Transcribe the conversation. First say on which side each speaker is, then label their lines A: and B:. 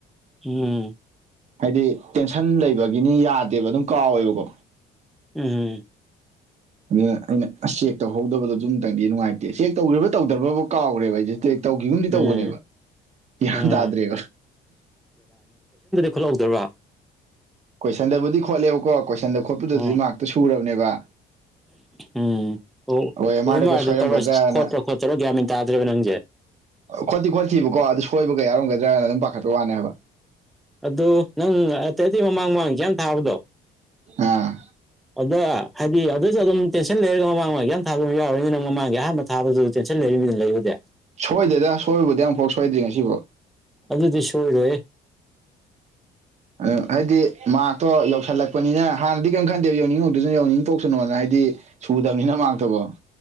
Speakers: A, in the centre; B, on the right.
A: ꯎꯝ
B: ꯍꯥꯏꯗꯤ ꯇꯦꯟꯁꯟ ꯂꯩꯕꯒꯤꯅꯤ ꯌꯥꯗꯦꯕ ꯑꯗꯨꯝ ꯀꯥꯎꯋꯦꯕꯀꯣ
A: ꯎꯝꯝ
B: <inaudible> ꯑꯗꯨꯅ ꯑꯩꯅ ꯑꯁ ꯆꯦꯛ ꯇꯧꯍꯧꯗꯕꯗꯣ ꯑꯗꯨ ꯑꯃꯛꯇꯪꯗꯤ ꯅꯨꯡꯉꯥꯏꯇꯦ ꯆꯦꯛ ꯇꯧꯈ꯭ꯔꯤꯕ ꯇꯧꯗ꯭ꯔꯕꯐꯥꯎ ꯀꯥꯎꯈꯦꯕ ꯑꯩꯁꯦ ꯆꯦꯛ ꯇꯧꯈꯤꯕꯒꯨꯝꯗꯤ ꯇꯧꯕꯅꯦꯕ
A: ꯎꯝ
B: ꯒ꯭ꯌꯥꯟ
A: ꯑꯥ
B: ꯇꯥꯗ꯭ꯔꯦꯕ
A: ꯈꯠꯍꯧꯗꯕ꯭ꯔꯥ
B: ꯀꯣꯏꯁꯟꯗꯕꯨꯗꯤ ꯈꯣꯠꯂꯦꯕꯀꯣ ꯀꯣꯏꯁꯟꯗ ꯈꯣꯠꯄꯗꯨꯗꯤ
A: ꯑꯥ
B: ꯃꯥꯔꯛꯇꯣ ꯁꯨꯔꯕꯅꯦꯕ
A: ꯎꯝ ꯑꯣ
B: ꯑꯦꯝ
A: ꯎꯃꯔꯗ
B: ꯑꯥꯔꯗꯒ ꯁꯣꯏꯔꯝꯒꯗ꯭ꯔꯅ
A: ꯇꯧꯔ ꯈꯣꯠꯇ꯭ꯔꯣ ꯈꯣꯠꯇ꯭ꯔꯣ ꯒ꯭ꯌꯥꯃꯤꯟ ꯇꯥꯗ꯭ꯔꯦꯕ ꯅꯪꯁꯦ
B: ꯈꯣꯠꯇꯤ ꯈꯣꯠꯇꯤꯕꯀꯣ ꯑꯗꯨ ꯁꯣꯏꯕꯒ ꯌꯥꯎꯔꯝꯒꯗ꯭ꯔꯅ ꯑꯗꯨꯝ ꯄꯥꯈꯠꯄ ꯋꯥꯅꯦ ꯍꯥꯏꯕ
A: ꯑꯗꯨ ꯅꯪ ꯑꯇꯩ ꯑꯇꯩ ꯃꯃꯥꯡ ꯃꯃꯥꯡ ꯀ ꯌꯥꯝ ꯊꯥꯕꯗꯣ
B: ꯑꯥ
A: ꯑꯗ ꯍꯥꯏꯗꯤ ꯑꯗꯨꯁꯨ ꯑꯗꯨꯝ ꯇꯦꯟꯁꯟ ꯂꯩꯔꯒ ꯃꯃꯥꯡꯉꯒꯤ ꯌꯥꯝ ꯊꯥꯕꯝ ꯌꯥꯎꯔꯤꯅꯤꯅ ꯃꯃꯥꯡꯒꯤ ꯑꯍꯥꯟꯕ ꯊꯥꯕꯁꯨ ꯇꯦꯟꯁꯟ ꯂꯩꯔꯤꯅꯤꯅ ꯂꯩꯕꯗꯤ
B: ꯁꯣꯏꯗꯦꯗ ꯁꯣꯏꯕꯨꯗꯤ ꯌꯥꯝꯐꯥꯎ ꯁꯣꯏꯗ꯭ꯔꯤ ꯉꯁꯤꯕꯨꯣ
A: ꯑꯗꯗꯤꯁꯣꯔꯦ
B: ꯑ ꯍꯥꯏꯗꯤ ꯃꯥꯇꯣ ꯌꯧꯁꯜꯂꯛꯄꯅꯤꯅ ꯍꯥꯟꯅꯗꯤ ꯀꯔꯤꯝ ꯈꯟꯗꯦꯕ ꯌꯧꯅꯤꯡꯉꯧꯗꯁꯨꯅ ꯌꯧꯅꯤꯡꯊꯣꯛꯁꯅꯣꯅ ꯍꯥꯏꯗꯤ ꯗꯤ ꯁꯨꯗꯕꯅꯤꯅ ꯃꯥꯛꯇꯕꯣ